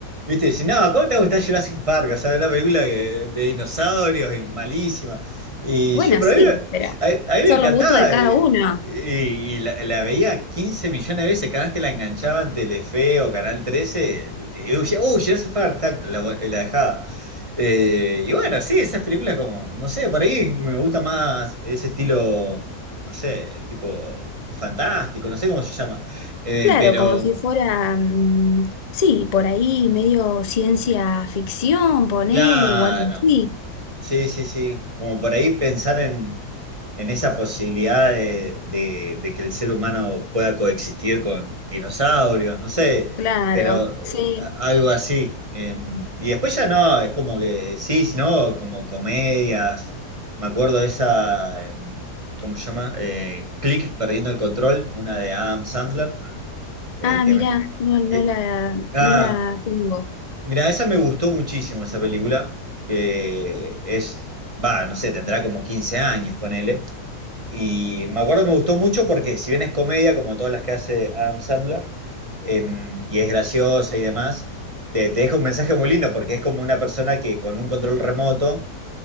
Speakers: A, on the right; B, on the left.
A: ¿Viste? Dicen, no, ¿cómo te va a gustar Jurassic Park? O sea, una película que- de dinosaurios y malísima. Y
B: Bueno,
A: yo, pero
B: sí,
A: a mí, me-
B: pero
A: a, a mí
B: son
A: me encantaba.
B: los gustos de cada
A: eh,
B: uno.
A: y, y la, la veía 15 millones de veces, cada vez que la enganchaba en Telefe o Canal Trece y yo decía, uy, ya hace falta, la, la dejaba. Eh, y bueno, sí, esas películas como, no sé, por ahí me gusta más ese estilo, no sé, tipo fantástico, no sé cómo se llama. Eh,
B: Claro,
A: pero,
B: como si fuera, mm, sí, por ahí medio ciencia ficción, ponele,
A: claro,
B: o algo así.
A: Sí, sí, sí. Como por ahí pensar en, en esa posibilidad de, de- de que el ser humano pueda coexistir con dinosaurios, no sé,
B: Claro,
A: pero
B: sí.
A: eh, a- algo así. Eh, y después ya no, es como que sí, ¿no? Como comedias. Me acuerdo de esa, eh, ¿cómo se llama? Eh, Click, perdiendo el control, una de Adam Sandler, eh,
B: Ah,
A: que
B: mirá,
A: me-
B: no, no
A: eh,
B: la,
A: ah,
B: no la tengo.
A: Mira, esa me gustó muchísimo, esa película, que es, va, no sé, tendrá como 15 años, ponele. Y me acuerdo, me gustó mucho porque si bien es comedia, como todas las que hace Adam Sandler, em, y es graciosa y demás, te, te deja un mensaje muy lindo porque es como una persona que con un control remoto